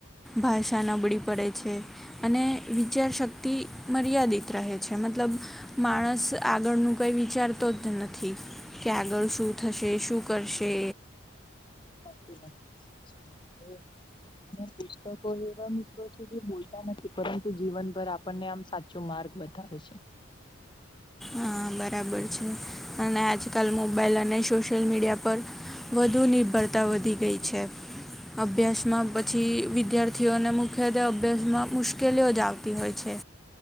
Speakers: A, in the centre; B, on the left.
A: ભાષા નબળી પડે છે અને વિચાર શક્તિ મર્યાદિત રહે છે મતલબ માણસ આગળનું કઈ વિચારતો જ નથી કે આગળ શું થશે શું કરશે
B: સાચી વાત સાચી વાત છે અને પછી કોઈ એવા મિત્રો છે જે બોલતા નથી પરંતુ જીવનભર આપણને આમ સાચો માર્ગ બતાવે છે
A: હ બરાબર છે અને આજકાલ મોબાઈલ અને સોશિયલ મીડિયા પર વધુ નિર્ભરતા વધી ગઈ છે અભ્યાસમાં પછી વિદ્યાર્થીઓને મુખ્યત્વે અભ્યાસમાં મુશ્કેલીઓ જ આવતી હોય છે